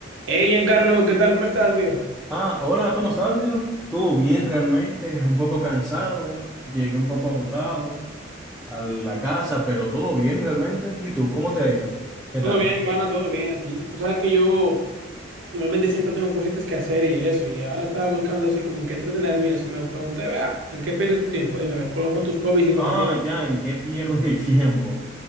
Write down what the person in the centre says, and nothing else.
Ah, hola, ¿cómo estás, viejo? Todo bien realmente, un poco cansado, llegué un poco agotado a la casa, pero todo bien realmente. ¿Y tú, cómo te ha ido? ¿Qué
tal?
¿Cómo estás?
Ah, ya, ¿en qué pierdo <laughs> mi tiempo?